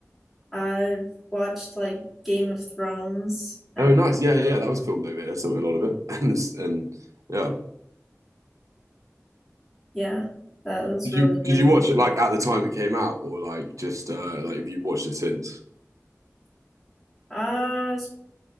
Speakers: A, in the centre; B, on the right.
A: I've watched like Game of Thrones and
B: Oh, nice. Yeah, yeah, yeah, that was filmed over here, so
A: um,
B: a lot of it. <laughs> And it's, and yeah.
A: yeah, that was
B: Did
A: really
B: you did
A: good.
B: you watch it like at the time it came out or like just uh like have you watched it since?
A: Uh, it's